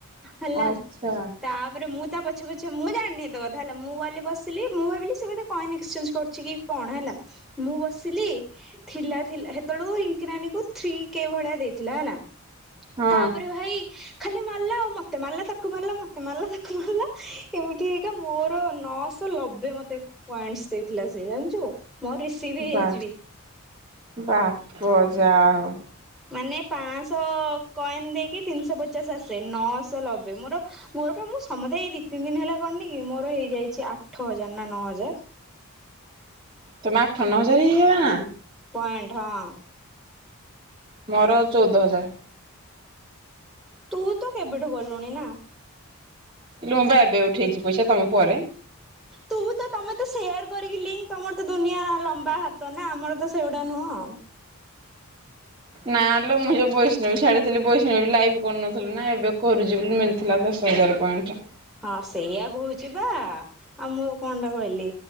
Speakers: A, in the centre; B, on the right.
A: ହେଲା,
B: ଆଚ୍ଛା
A: ତାପରେ ମୁଁ ତା ଓଛେ ପଛେ ମୁଁ ଜାଣିନି ଏତେ କଥା ମୁଁ କହିଲି ବସିଲି ମୁଁ ଭାବିଲି ସେ ବୋଧେ କଏନ୍ ଏକ୍ସଚେଞ୍ଜ କରୁଛି, କି କଣ ହେଲା? ମୁଁ ବସିଲି ଥିଲା ଥିଲା ହେତେବେଳୁ ନାନୀ କୁଥ୍ରୀ କେ ଭଳିଆ ଦେଇଥିଲା, ହେଲା
B: ହଁ
A: ତାପରେ ଭାଇ ଖାଲି ମାରିଲା ଆଉ, ମତେ ମାରିଲା, ତାକୁ ମାରିଲା, ମତେ ମାରିଲା, ତାକୁ ମାରିଲା, ଏମିତି ହେଇ ମୋର ନ ଲବେ ମତେ ପଏଣ୍ଟସ୍ ଦେଇଥିଲା ସେ, ଜାଣିଛୁ ରିସିଭ ହେଇଯାଇଛି,
B: ବା
A: ବି।
B: ବାପ ଯା ହଉ।
A: ମାନେ ପାଞ୍ଚଶହ କଏନ ଦେଇକି ତିନିଶହ ପଚାଶ ଆସେ, ନଅଶହ ଲବେ ମୋର, ମୋର ମୁଁ ସମସ୍ତେ ଏଇ ଦି ତିନି ଦିନ ହେଲା କରିନିକି ମୋର ହେଇଯାଇଛି, ଆଠ ହଜାର ନା ନଅ ହଜାର।
B: ତମେ ଆଠ, ନଅ ହଜାର ହେଇ ଇଆ ନା
A: ପଏଁଟ ହଁ।
B: ମୋର ଚଉଦ ହଜାର।
A: ତୁ ତ କେବେଠୁ କଲୁଣି ନା?
B: ଲୁ ମୁଁ ବା ଏବେ ଉଠେଇଛି ପଇସା ତମ ପରେ।
A: ତୁ ତ ତମେ ତ ସେୟାର କରିକି ଲିଙ୍କ, ତମର ତ ଦୁନିଆ ଲମ୍ବା ହାତ ନା, ଆମର ତ ସେଗୁଡା ନୁହଁ।
B: ନା ଲୋ ମୁଁ ଏ ପଇସା ବୈଷ୍ଣବି। ଛାଡିଥିଲି ପଇସା ଲାଇକ୍ କରୁନଥିଲେ ନା, ଏବେ କରୁଛି ବୋଲି, ମିଳିଥିଲା ଦଶ ହଜାର ପଏଣ୍ଟ।
A: ହଁ ସେଇଆ କହୁଛି, ବା ଆଉ ମୁଁ କଣ ଟା କହିଲି,